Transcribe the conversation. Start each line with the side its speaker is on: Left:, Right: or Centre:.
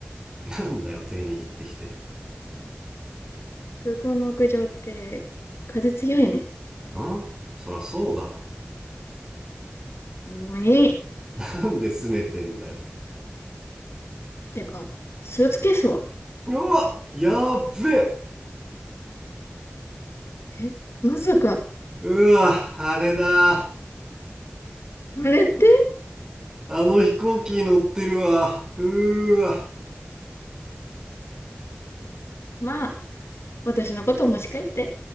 Right: なんだよ、手握ってきて。
Left: 空港の屋上って風強いね。
Right: んそらそうだろ。
Left: もういい。
Right: なんで拗ねてんだよ。
Left: てか、スーツケースは
Right: うわやっべ
Left: えまさか、
Right: うわあれだ
Left: あれって
Right: あの飛行機乗ってるわ。うーわ。
Left: まあ、私のことを持ち帰って。